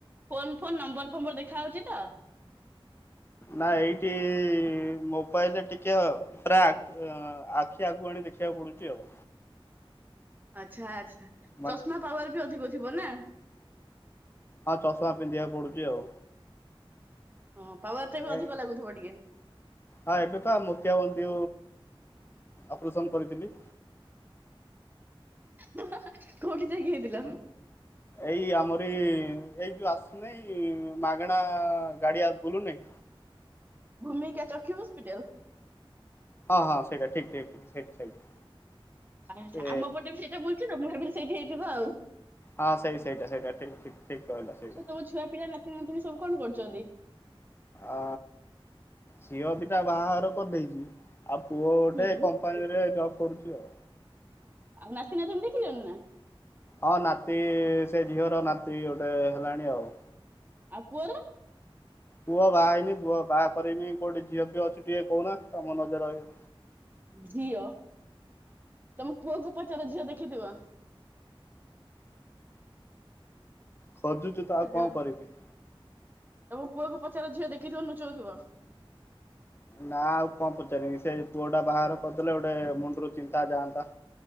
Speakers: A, on the right; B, on the left.
A: ଫୋନ ଫୋନ୍ ନମ୍ବର ଫମ୍ବର ଦେଖାହଉଚି ତ
B: ନା ଏଇଠି ମୋବାଇଲରେ ଟିକେ ଆଉ ପୁରା ଆଖି ଆଗୁକୁ ଆଣି ଦେଖିବାକୁ ପଡୁଚି ଆଉ
A: ଆଚ୍ଛା ଆଚ୍ଛା ଚଷମା
B: ମାନେ
A: ପାୱାର ବି ଅଧିକ ଥିବ ନା
B: ହଁ ଚଷମା ପିନ୍ଧିବାକୁ ପଡୁଚି ଆଉ
A: ହଁ ପାୱାର ଟା ବି ଅଧିକ
B: ଏ
A: ଲାଗୁଥିବ ଟିକେ
B: ହଁ ଏବେକା ମୋତିଆ ବିନ୍ଦୁ ଅପରେସନ କରିଥିଲି।
A: ହଁ---କୋଉଠି ଯାଇକି ହେଇଥିଲ।
B: ଏଇ ଆମରି ଏଇ ଯୋଉ ଆସୁନାହିଁ ମାଗଣା ଗାଡିଯୋଉ ବୁଲୁ ନାହିଁ।
A: ଭୂମିକା ଚକ୍ଷୁ ହସ୍ପିଟାଲ
B: ହଁ ହଁ ସେଟା ଠିକ ଠିକ ଠିକ ସେଥି ସେଇଠି
A: ଆଚ୍ଛା
B: ସେ
A: ଆମ ପଟେ ବି ସେଇଟା ବୁଲିତ ମୁଁ ଭାବିଲି ସେଇଠି ହେଇଥିବ ଆଉ
B: ହଁ ସେଇ ସେଇଟା ସେଇଟା ଠିକ୍ ଠିକ୍ ଠିକ୍ କହିଲ ସେଇଟା
A: ଆଛା ତମ ଛୁଆ ପିଲା ନାତି ନାତୁଣୀ ସବୁ କଣ କରୁଛନ୍ତି।
B: ଆ ଝିଅ ଦିଟା ବାହାଘର କରିଦେଇଚ। ଆଉ ପୁଅ ଗୋଟେ
A: ହୁଁ
B: କମ୍ପାନୀ ରେ ଜବ କରୁଛି ଆଉ।
A: ଆ ନାତି ନାତୁଣୀ ଦେଖିଲେଣି ନା?
B: ହଁ ନାତି ସେ ଝିଅର ନାତି ଗୋଟେ ହେଲାଣି ଆଉ।
A: ଆଉ ପୁଅର?
B: ପୁଅ ବାହା ହେଇନି ପୁଅ ବାହା କରିବି। କୋଉଠି ଝିଅ ପିଅ ଅଛିି ଟିକେ କହୁନା ତମ ନଜର ରହିବ?
A: ଝିଅ ତମ ପୁଅକୁ ପଚାର ଝିଅ ଦେଖିଥିବ।
B: ଖୋଜୁଛୁ ତ ଆଉ
A: ହ୍ୟାଲୋ।
B: କଣ କରିବି?
A: ତମ ପୁଅ ପଚାର ଝିଅ ଦେଖିଥିବ ନୁଚଉଥିବ?
B: ନା ଆଉ କଣ ପଚାରିନି ସେ ପୁଅଟା ବାହାର କରିଦେଲେ ଗୋଟେ ମୁଣ୍ଡରୁ ଚିନ୍ତା ଯାଆନ୍ତା।